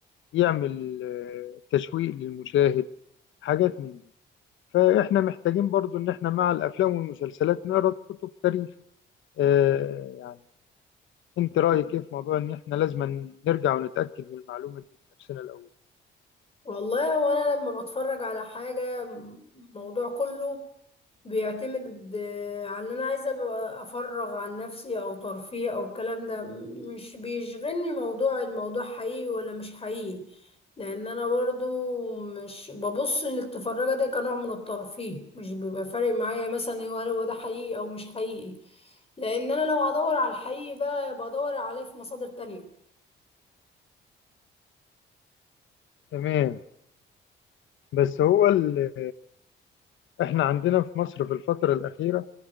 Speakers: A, on the left; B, on the left.
A: يعمل آه، تشويق للمشاهد حاجات من دي فاحنا محتاجين برضو ان احنا مع الافلام والمسلسلات نقرا كتب تاريخ آه يعني انت رايك ايه في موضوع ان احنا لازم نرجع ونتاكد من المعلومه دي بنفسنا الاول
B: والله هو انا لما بتفرج على حاجه م- الموضوع كله بيعتمد آه، على ان انا عايزه ابقى افرغ عن نفسي او ترفيه او الكلام ده مش بيشغلني موضوع الموضوع حقيقي ولا مش حقيقي لان انا برضو مش ببص للتفرجه ده كنوع من الترفيه مش بيبقى فارق معايا مثلا ايه هل هو ده حقيقي او مش حقيقي لان انا لو هدور على الحقيقي بقى بدور عليه في مصادر تانية
A: تمام بس هو ال- آه، احنا عندنا في مصر في الفتره الاخيره